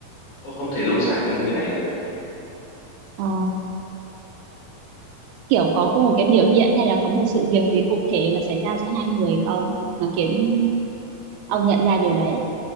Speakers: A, on the left; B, on the right.
A: tôi không thể lâu dài với người này được
B: ờ kiểu có một cái biểu hiện hay là có một sự việc gì cụ thể mà xảy ra giữa hai người không nó khiến ông nhận ra điều đấy á?